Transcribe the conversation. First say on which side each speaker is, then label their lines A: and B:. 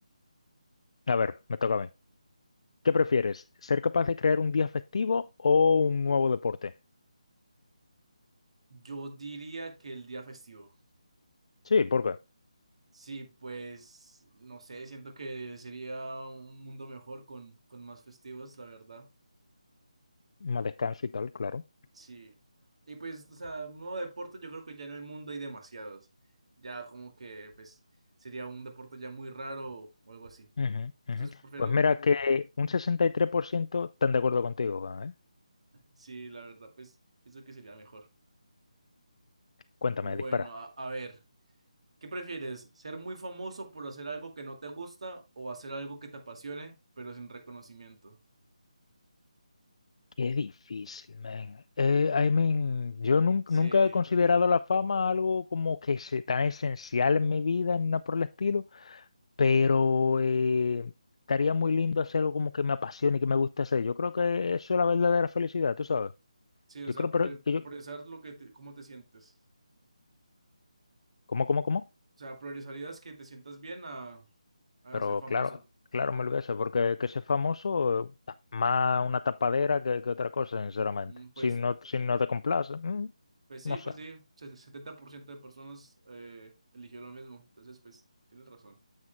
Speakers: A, on the left (about 55°); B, on the right (about 55°).
A: A ver, me toca a mí. ¿Qué prefieres? ¿Ser capaz de crear un día festivo o un nuevo deporte?
B: Yo diría que el día festivo.
A: Sí, ¿por qué?
B: Sí, pues no sé, siento que sería un mundo mejor con, con más festivos, la verdad.
A: Más descanso y tal, claro.
B: Sí. Y pues, o sea, nuevo deporte, yo creo que ya en el mundo hay demasiados. Ya como que, pues, sería un deporte ya muy raro o algo así.
A: Ujú,
B: Entonces,
A: ujú.
B: prefiero,
A: Pues mira que un 63% están de acuerdo contigo, ¿eh?
B: sí, la verdad, pues, pienso que sería mejor.
A: Cuéntame,
B: Bueno,
A: dispara.
B: a, a ver, ¿qué prefieres? ¿Ser muy famoso por hacer algo que no te gusta o hacer algo que te apasione, pero sin reconocimiento?
A: Qué difícil, man. Eh, I mean, yo nun-
B: Sí.
A: nunca he considerado la fama algo como que se, tan esencial en mi vida, ni nada por el estilo, pero eh, estaría muy lindo hacer algo como que me apasione y que me guste hacer. Yo creo que eso es la verdadera felicidad, tú sabes.
B: Sí, o
A: Yo
B: sea,
A: creo
B: priori-
A: pero, que yo...
B: priorizar lo que te- cómo te sientes.
A: ¿Cómo, cómo, cómo?
B: O sea, priorizarías que te sientas bien a, a
A: Pero
B: ser famoso.
A: claro, claro,
B: Ok.
A: me lo voy a hacer, porque que ser famoso eh, más una tapadera que, que otra cosa, sinceramente.
B: Mm, Pues,
A: Si no, si no te complace, mm,
B: pues sí,
A: no sé.
B: pues sí. se- setenta por ciento de personas eh, eligió lo mismo. Entonces, pues, tienes razón.